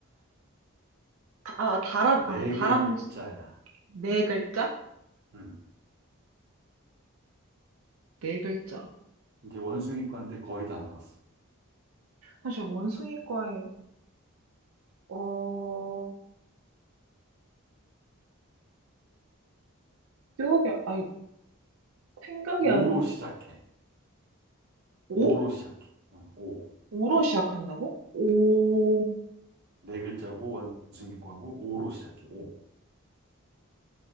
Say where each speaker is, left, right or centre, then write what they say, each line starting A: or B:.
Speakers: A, on the right (about 80°); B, on the right (about 50°).
A: 다, 아, 다람,
B: 네
A: 아니, 다람쥐?
B: 글자야.
A: 네 글자?
B: 음.
A: 네 글자.
B: 이제 원숭이과인데 거의 다 나왔어.
A: 사실 원숭이과에, 어, 기억이, 아니, 생각이
B: 오로
A: 안,
B: 시작해.
A: 오?
B: 오로 시작해. 어, 오.
A: 오로 시작한다고? 오,
B: 네 글자고 원숭이과고 오로 시작해. 오.